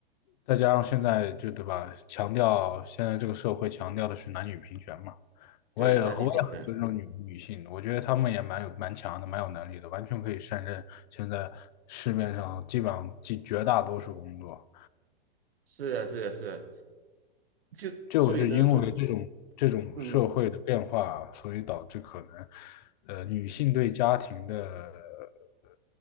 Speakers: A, on the left; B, on the right.
A: 再加上现在就对吧，强调现在这个社会强调的是男女平权嘛。我也我也很尊重女女性，
B: 对，男女平等，
A: 我觉得她们也蛮有蛮强的，蛮有能力的，完全可以胜任现在市面上基本上绝绝大多数工作。
B: 是啊，是啊，是啊，就所以呢，
A: 就是因为这种这种社会的变化啊，
B: 所以，嗯
A: 所以导致可能，呃，女性对家庭的呃